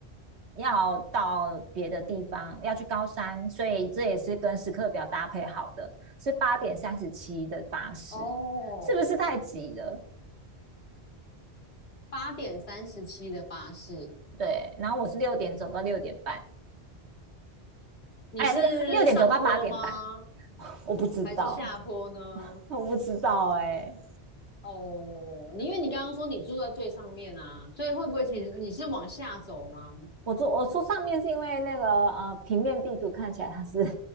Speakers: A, on the right; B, on the left.
A: 要到别的地方，要去高山，所以这也是跟时刻表搭配好的，是八点三十七的巴士，
B: 哦，
A: 是不是太急了？
B: 八点三十七的巴士，
A: 对，然后我是六点走到六点半，
B: 你是上坡吗？
A: 哎，六六点走到八点半，我不知道，
B: 还是下坡呢？
A: 我不知道、哎，欸
B: 哦，你因为你刚刚说你住在最上面啊，所以会不会其实你是往下走吗？
A: 我坐我说上面是因为那个呃平面地图看起来它是 <laughs>